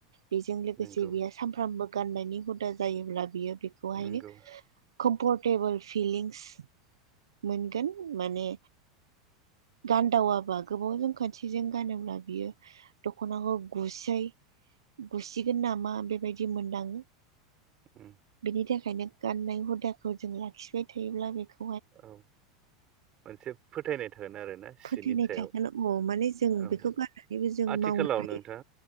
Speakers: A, on the right; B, on the right.
A: बेजों लोगोसे
B: नंगौ
A: बियो सानफ्रामबो गाननायनि हुदा जायोब्ला बियो बेखौहायनो
B: नंगौ
A: कम्फरटेबोल फिलिंस मोनगोन माने गानदावाबा गोबावजों खोंनसेजों गानोब्ला बियो दखनाखौ गुसै गुसिगोन नामा बेबायदि मोनदाङो
B: उम
A: बेनि थाखायनो गाननाय हुदाखौ जों लाखिबाय थायोब्ला बेखौ
B: औ मोनसे फोथायनाय थागोन आरोना सिनि
A: फोथायनाय
B: सायाव
A: थागोन अ माने जों
B: औ
A: बेखौ गाननानैबो जों
B: आथिखालाव
A: मावनो हायो
B: नोंथां